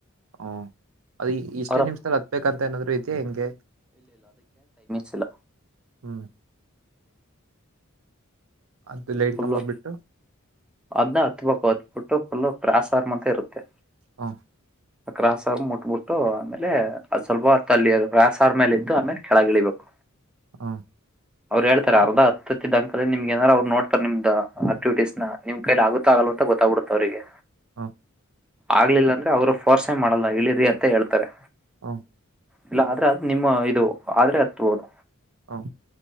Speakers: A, on the right; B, in the centre.
A: ಹ ಅದು ಇಷ್ಟೇ
B: ಅವ್ರ
A: ನಿಮ್ಷದಲ್ಲಿ ಹತ್ಬೇಕಂತ ಏನಾದ್ರು ಇದೆಯಾ ಹೆಂಗೆ
B: ಸಿಲ
A: ಹ್ಮ್ ಅದು ಲೈಟ್
B: ಫುಲ್ಲು
A: ಕಂಬ ಬಿಟ್ಟು
B: ಅದನ್ನ ಹತ್ಬೇಕು ಹೊತ್ಬಿಟ್ಟು ಫುಲ್ಲು ಕ್ರಾಸಾರ ಅಂತ ಇರುತ್ತೆ
A: ಹಾ
B: ಕ್ರಾಸಾರ ಮುಟ್ಬಿಟ್ಟು ಆಮೇಲೆ ಅದು್ ಸ್ವಲ್ಪ ಹೊರ್ತ ಅಲ್ಲಿ ಕ್ರಾಸಾರ ಮೇಲೆ ಇದ್ದು ಆಮೇಲೆ ಕೆಳಗಿಳಿಬೇಕು
A: ಹಾ
B: ಅವ್ರು ಹೇಳ್ತ ಅರ್ಧ ಹತ್ತಿದ್ದ ದಂಕಾಲ ನಿಮಗೆ ನಾರ ಅವ್ರರು ನೋ ನಿಮ್ದ್ ಆಕ್ಟಿವಟೀಸ್ ನ ನಿಮ್ ಕೈಲಿ ಆಗುತ್ತಾ ಆಗಲ್ಲ ಅಂತ ಗೊತ್ತಾಗ ಬಿಡುತ್ತೆ ಅವ್ರರಿಗೆ
A: ಹ
B: ಆಗ್ಲಿಲ್ಲ ಅಂದ್ರೆ ಅವರು ಫೋರ್ಸೆ ಮಾಡಲ್ಲ ಇಳಿರಿ ಅಂತ ಹೇಳ್ತಾರೆ
A: ಹಾ
B: ಇಲ್ಲ ಆದ್ರೆ ಅದ್ ನಿಮ್ಮ ಇದು ಆದ್ರೆ ಹತ್ಬೋದು.
A: ಹ.